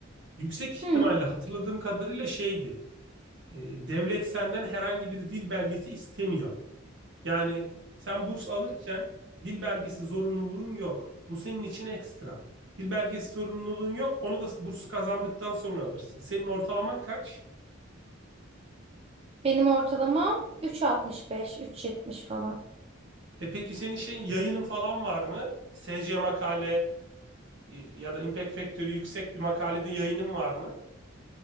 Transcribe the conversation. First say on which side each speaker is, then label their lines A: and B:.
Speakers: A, on the right; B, on the right.
A: Yüksek ihtimalle
B: Hı.
A: hatırladığım kadarıyla şeydi. E, devlet senden herhangi bir dil belgesi istemiyor. Yani sen burs alırken dil belgesi zorunluluğun yok. Bu senin için ekstra. Dil belgesi zorunluluğun yok. Onu da bursu kazandıktan sonra alırsın. Senin ortalaman kaç?
B: Benim ortalamam 3.65, 3.70 falan.
A: E peki senin şeyin yayının falan var mı? SC makale e, ya da Impact Factory yüksek bir makalede yayının var mı?